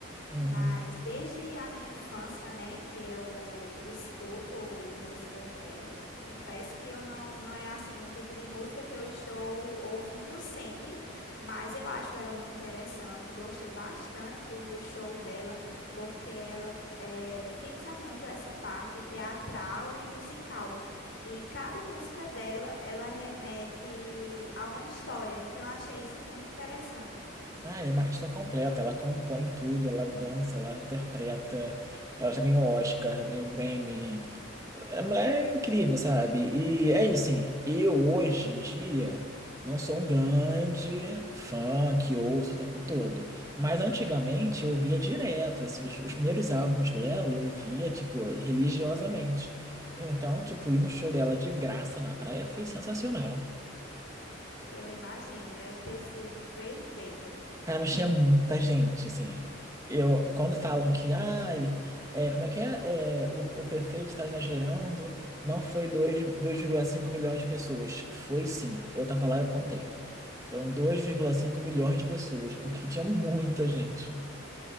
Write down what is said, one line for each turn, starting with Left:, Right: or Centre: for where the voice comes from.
Right: Uhum.
Left: Mas desde a minha infância, né, que eu escuto músicas dela, confesso que eu não, não é assim um tipo de música que eu estou ouvindo sempre, mas eu acho ela muito interessante. Gostei bastante do show dela, porque ela eh, fixa muito essa parte teatral e musical. E cada música dela, ela remete a uma história. Então eu achei isso muito interessante.
Right: Ah, é uma artista completa, ela compõe tudo, ela dança, ela interpreta, ela já ganhou Oscar, já ganhou Grammy. A mulher é incrível, sabe? E é isso, assim, eu hoje em dia não sou um grande fã que ouço o tempo todo, mas antigamente eu via direto, assim, os, os primeiros álbuns dela eu via, tipo, religiosamente. Então, tipo, ir no show dela de graça na praia foi sensacional.
Left: Eu imagino, deve ter sido perfeito.
Right: Cara, mas tinha muita gente, assim. Eu, quando falam que, ai, é, como é que é, É, o, o prefeito está exagerando, não foi dois- 2,5 milhões de pessoas. Foi sim. Eu tava lá, e eu contei. Foram dois vírgula cinco milhões de pessoas, porque tinha muita gente.